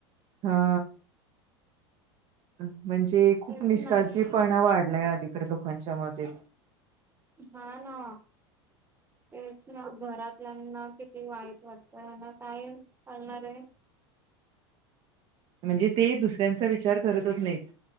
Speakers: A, on the right; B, on the right.
A: हा म्हणजे खूप
B: तेच
A: निष्काळजीपणा
B: ना
A: वाढलाय अलीकडे लोकांच्या मध्ये
B: हा ना तेच ना घरातल्याना किती वाईट वाटतं हना काय चालणार आहे
A: म्हणजे ते दुसऱ्यांचा विचार करतच नाहीत